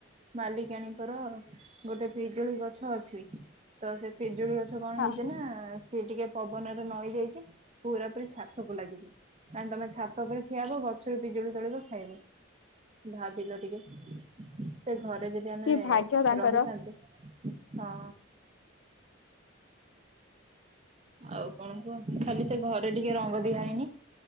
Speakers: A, on the right (about 30°); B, on the left (about 65°).
A: ମାଲିକାଣୀଙ୍କର ଗୋଟେ ପିଜୁଳି ଗଛ ଅଛି ତ ସେ ପିଜୁଳି ଗଛ୍ ତ କଣ
B: ହଁ
A: ହେଇଚି ନା ସିଏ ଟିକେ ପବନରେ ନଇ ଯାଇଚି ପୁରାପୁରି ଛାତକୁ ଲାଗିଚି ତାହାନେ ତମେ ଛାତ ଉପରେ ଠିଆ ହବ ଗ ଛରୁ ପିଜୁଳି ତୋଳିବ ଖାଇବ ଭାବିଲ ଟିକେ ସେ ଘରେ ଯଦି ଆମେ
B: କି ଭାଗ୍ୟ ତାଙ୍କର
A: ରହିଥାନ୍ତୁ ହଁ ଆଉ କଣ କୁହ ଖାଲି ସେ ଘରେ ଟିକେ ରଙ୍ଗ ଦିଆ ହେଇନି